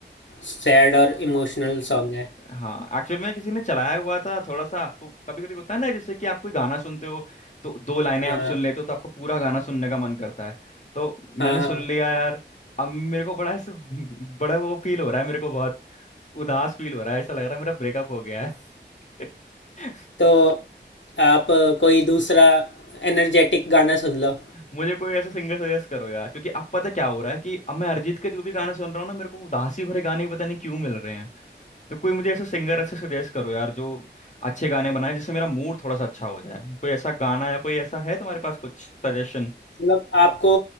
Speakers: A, on the left (about 80°); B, on the left (about 40°).
A: सैड और इमोशनल सॉन्ग है
B: हाँ एक्चुअल में किसी ने चलाया हुआ था थोड़ा सा तो कभी कभी होता है ना जैसे कि आप कोई गाना सुनते हो तो दो लाइनें
A: हाँ
B: आप सुन लेते हो तो आपको पूरा गाना सुनने का मन करता है तो मैंने
A: हाँ हाँ
B: सुन लिया यार अब मेरे को बड़ा ऐसे <laughs> बड़ा वो फील हो रहा है मेरे को बहुत उदास फील हो रहा है ऐसा लग रहा है मेरा ब्रेकअप हो गया है <laughs>
A: तो आप कोई दूसरा एनर्जेटिक गाना सुन लो
B: मुझे कोई ऐसा सिंगर सजेस्ट करो यार क्योंकि अब पता क्या हो रहा है कि अब मैं अरिजीत के जो भी गाने सुन रहा हूँ ना मेरे को उदासी भरे गाने ही पता नहीं क्यों मिल रहे तो कोई मुझे ऐसा सिंगर ऐसे सजेस्ट करो यार जो अच्छे गाने बनाए जिससे मेरा मूड थोड़ा सा अच्छा हो जाए कोई ऐसा गाना या कोई ऐसा है तुम्हारे पास कुछ सजेशन
A: मतलब आपको